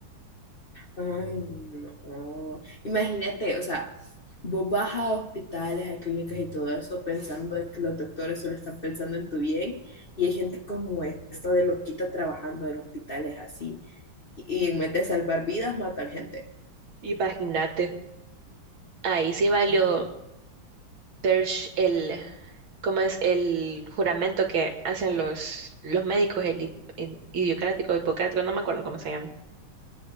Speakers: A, on the left; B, on the right.
A: Ay, no. Imagínate, o sea, vos vas a hospitales, a clínicas y todo eso pensando de que los doctores solo están pensando en tu bien y hay gente como esta de loquita trabajando en hospitales así y, y en vez de salvar vidas matan gente.
B: Imagínate, ahí sí valió
A: Ay,
B: Dersh el, ¿cómo es? El juramento que hacen los, los médicos, el, hip- el idiocrático, hipocrático, no me acuerdo cómo se llama.